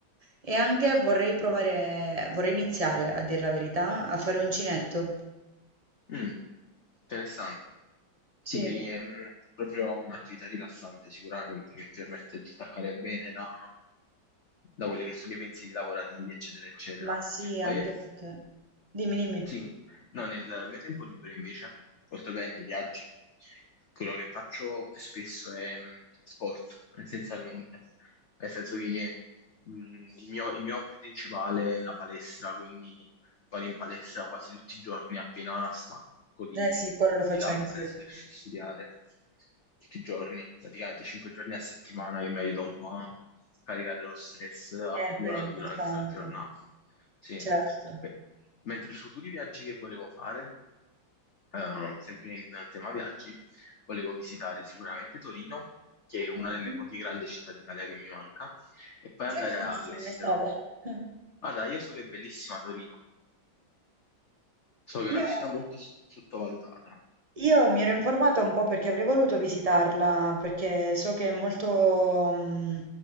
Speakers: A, on the right; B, on the left.
A: e anche vorrei provare, vorrei iniziare, a dire la verità, a fare uncinetto.
B: Mm. Interessante.
A: Sì,
B: Sì, lì è un- proprio un'attività rilassante sicuramente che ti permette di staccare bene da, da quelli che sono i pensieri lavorativi, eccetera, eccetera.
A: sì, anche
B: Ma io
A: perché. Dimmi, dimmi.
B: sì, no, nel mio tempo libero invece, oltre ovviamente ai viaggi, quello che faccio più spesso è mh, sport, essenzialmente. Nel senso che mh, il mio, il mio hobby principale è la palestra, quindi vado in palestra quasi tutti i giorni appena stacco di,
A: Eh sì, quello lo faccio
B: di lavorare
A: anch'io.
B: slash studiare. Tutti i giorni, praticamente 5 giorni a settimana che mi aiuta un po' a scaricare lo stress accumulato
A: Eh beh, è importante,
B: durante la giornata. Sì,
A: certo.
B: Beh, mentre i futuri viaggi che volevo fare, eh, sempre in tema viaggi, volevo visitare sicuramente Torino, che è una
A: Mhm.
B: delle poche grandi città d'Italia che mi manca, e poi
A: Sai
B: andare
A: che non
B: all'estero.
A: ci... <laughs>
B: Guarda, io so che è bellissima Torino, so che è una
A: Io
B: città molto s- sottovalutata,
A: Io mi ero informata un po' perché avrei voluto visitarla, perché so che è molto, mm,